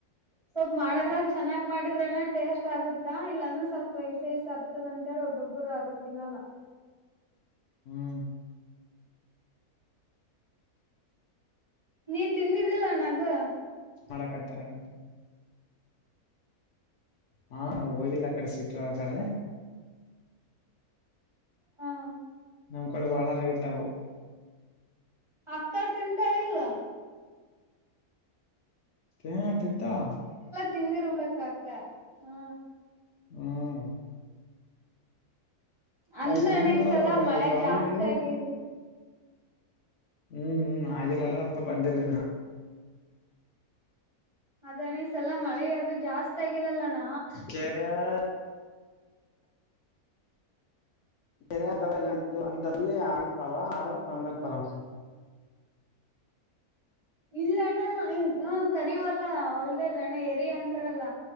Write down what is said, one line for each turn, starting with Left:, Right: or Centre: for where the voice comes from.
Right: ಸ್ವಲ್ಪ ಮಾಡದ್ರಲ್ ಚೆನ್ನಾಗ್ ಮಾಡಿದ್ರನ ಟೇಸ್ಟ್ ಆಗುತ್ತಾ ಇಲ್ಲಾಂದ್ರೆ ಸ್ವಲ್ಪ ಇಸೆ ಇಸ ಹತ್ತದ ಅಂತೇಳ ಒಬ್ಬ ಒಬ್ಬರ ಆದ ತಿನ್ನಲ್ಲ
Left: ಹ್ಮ್
Right: ನೀ ತಿಂದಿದ್ದಿಲ್ಲಣ್ಣ ಅದು
Left: ಮಾಡಕತ್ತಾರ ಅಂತ ಹಾ ಹೋಗಿಲ್ಲ ಆ ಕಡೆ ಸಿಟಿ ಒಳಗಡೆ
Right: ಹಾ
Left: ನಮ್ ಕಡೆ ಬಾಳ ರೇಟ್ ಅವು
Right: ಅಕ್ಕ ತಿಂತಾಳಿಲ್ಲ
Left: ಹ ತಿಂತಾಳ
Right: ತಿಂದಿರಬೇಕು ಅಕ್ಕ ಹಾ
Left: ಹ್ಮ್
Right: ಅಂದ್ರೇನೆ
Left: ಸಣಮ್ಮರ
Right: ಈಸಲ
Left: ಅವ್ರ
Right: ಮಳೆ
Left: ಅವ್ರ ಬಾಲ್ಲಿ
Right: ಜಾಸ್ತಿ ಆಗಿಲ್ಲ
Left: ಹ್ಮ್ ಹ್ಮ್ ಆಗಿಲ್ಲಲ್ಲ ಅದ್ಕ ಬಂದಿಲ್ಲ ಇನ್ನ
Right: ಅದೇಣ್ಣ ಈ ಸಲ ಮಳೆ ಅದು ಜಾಸ್ತಿ ಆಗಿಲ್ಲಲ್ಲಣ್ಣ
Left: ಕೇರಿಯ ಕರಿವ ಹಂತಲ್ಲಿ ಆಗಿರುತಾವ ಅದರ ತಂದಿರ್ತಾರ್
Right: ಇಲ್ಲ ಅಣ್ಣ ಹ ಕರಿವಲ್ಲ ಹೊಲ್ದೆೇ ಇಲ್ಲ ಅಣ್ಣ ಎರಿ ಅಂತಾರಲ್ಲ